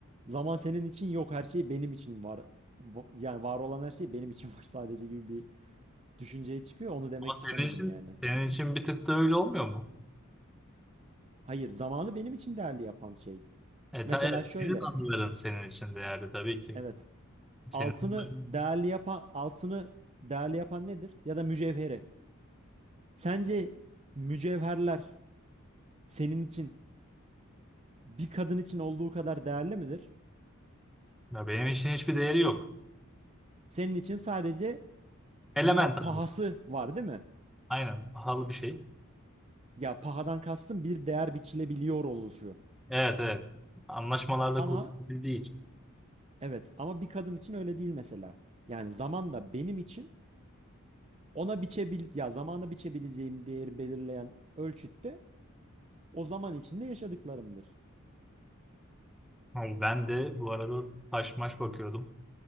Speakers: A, on the right (about 30°); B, in the centre.
A: zaman senin için yok. Her şey benim için var. Va- Yani var olan her şey benim için var <laughs> sadece gibi bir düşünceye çıkıyor. Onu demek
B: Ama
A: istemedim
B: senin için
A: yani.
B: senin için bir tık da öyle olmuyor mu?
A: Hayır, zamanı benim için değerli yapan şey.
B: E,
A: Mesela
B: ta- evet
A: şöyle,
B: senin anıların senin için değerli tabii ki.
A: evet.
B: Senin
A: Altını
B: anıların
A: değerli yapan, altını değerli yapan nedir? Ya da mücevheri. Sence mücevherler senin için bir kadın için olduğu kadar değerli midir?
B: ya benim için hiçbir değeri yok.
A: Senin için sadece
B: Element
A: ma-
B: abi.
A: pahası var değil mi?
B: Aynen pahalı bir şey.
A: Ya pahadan kastım bir değer biçilebiliyor oluşu.
B: Evet evet. Anlaşmalarla
A: Ama
B: kurtulabildiği için.
A: evet ama bir kadın için öyle değil mesela. Yani zaman da benim için ona biçebil ya zamana biçebileceğim değeri belirleyen ölçütte o zaman içinde yaşadıklarımdır.
B: Abi ben de bu arada taş maş bakıyordum.